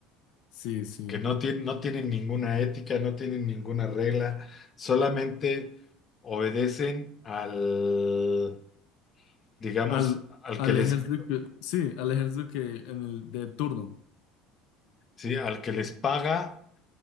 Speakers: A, on the left; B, on the left.
A: Sí, sí.
B: Que no tienen, no tienen ninguna ética, no tienen ninguna regla, solamente obedecen al, digamos,
A: Al,
B: al
A: al
B: que les,
A: ejército que, sí, al ejército que en el de turno.
B: sí, al que les paga